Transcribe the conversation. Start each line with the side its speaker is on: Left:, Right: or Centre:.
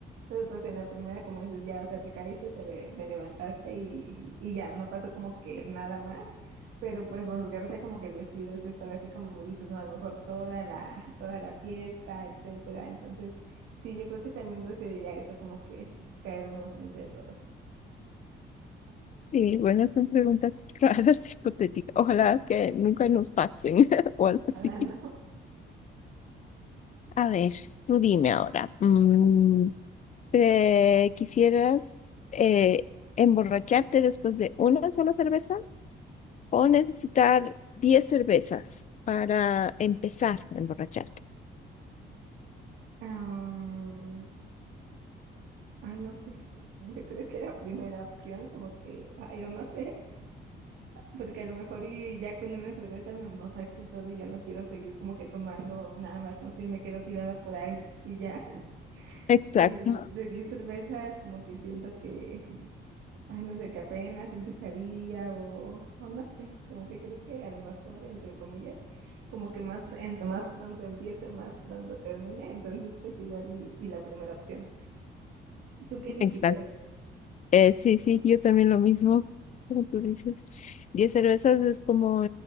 Right: pero pues en la primera, como dices, ya, o sea, te caíste, te, le- te levantaste y, y ya, no pasó como que nada más, pero pues rasgarte como que el vestido es estar así como dices, no, a lo mejor toda la, toda la fiesta, etcétera, entonces... Sí, yo creo que también preferiría eso, como que caerme enfrente de todos.
Left: Sí, bueno, son preguntas <laughs> raras, hipotéticas. Ojalá que nunca nos pasen <laughs> o algo
Right: Ojalá
Left: así.
Right: no.
Left: A ver, tú dime ahora. Mm, ¿Te quisieras eh, emborracharte después de una sola cerveza o necesitar 10 cervezas para empezar a emborracharte?
Right: <laughs> Am, ay, no sé. Yo creo que la primera opción, como que, ay, yo no sé. Porque a lo mejor y ya con una cerveza me emborracho y todo y ya no quiero seguir como que tomando nada más, no sé, me quedo tirada por ahí y ya. <laughs>
Left: Exacto,
Right: Y de 10 cervezas como que siento que ay, no sé, que apenas empezaría o, o no sé, como que creo que a lo mejor, entre comillas, como que más, entre más pronto empiece, más pronto termine, entonces pues igual y, y la primera opción. ¿Tú qué elegirías?
Left: exacto. Eh, sí, sí, yo también lo mismo, como tú dices. diez cervezas es como